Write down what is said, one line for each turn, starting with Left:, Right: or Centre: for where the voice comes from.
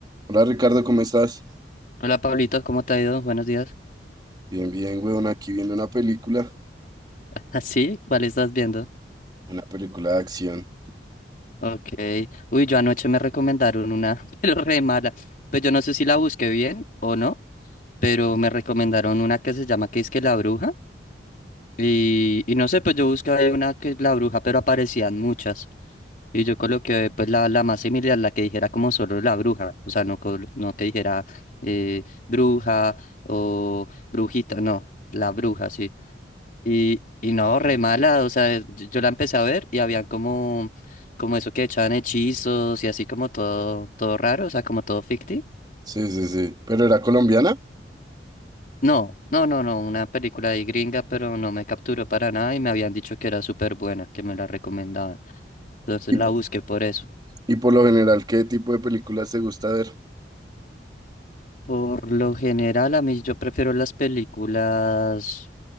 Right: Hola Ricardo, ¿cómo estás?
Left: Hola Pablito, ¿cómo te ha ido? Buenos días.
Right: Bien, bien, weón, aquí viendo una película,
Left: <laughs> ¿Así? ¿Cuál estás viendo?
Right: una película de acción.
Left: Ok. Uy, yo anoche me recomendaron una, <laughs> pero re mala. Pues yo no sé si la busqué bien o no, pero me recomendaron una que se llama que es que La Bruja. Y, y no sé, pues yo busqué ahí una que es La Bruja, pero aparecían muchas. Y yo coloqué pues la, la más similar, la que dijera como solo La Bruja. O sea, no, col- no que dijera eh, bruja o brujita, no, La Bruja, sí. Y, y no, re mala, o sea, yo yo la empecé a ver y habían como, como eso que echaban hechizos y así como todo, todo raro, o sea, como todo ficti.
Right: Sí, sí, sí. ¿Pero era colombiana?
Left: No, no, no, no, una película de gringa, pero no me capturó para nada y me habían dicho que era súper buena, que me la recomendaban. Entonces
Right: Y,
Left: la
Right: po-
Left: busqué por eso.
Right: y por lo general, ¿qué tipo de películas te gusta ver?
Left: Por lo general, a mí yo prefiero las películas.